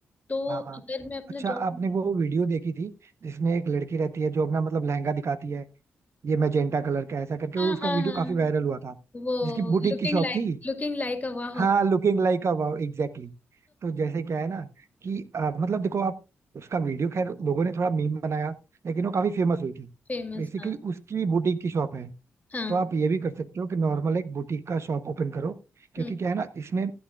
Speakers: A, on the left; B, on the right.
A: तो
B: हाँ हाँ
A: अगर मैं अपना
B: अच्छा
A: जॉब
B: आपने वो वीडियो देखी थी जिसमें एक लड़की रहती है जो अपना मतलब लहंगा दिखाती है ये मैजेंटा कलर का ऐसा करके
A: हाँ
B: वो उसका
A: हाँ
B: वीडियो
A: हाँ हाँ,
B: काफी वायरल
A: हाँ।
B: हुआ था
A: वो
B: जिसकी बुटीक
A: लुकिंग
B: की शॉप
A: लाइक
B: थी
A: लुकिंग लाइक अ वाह
B: हाँ looking like a wow exactly तो जैसे क्या है ना कि अ, मतलब देखो आप उसका वीडियो खैर लोगों ने थोड़ा मीम बनाया लेकिन वो काफी फेमस हुई थी
A: फेमस
B: बेसिकली
A: <laughs> हाँ
B: उसकी बुटीक की शॉप है
A: हाँ
B: तो आप ये भी कर सकते हो कि नॉर्मल एक बुटीक का शॉप ओपन करो क्योंकि
A: हम्म
B: क्या है ना इसमें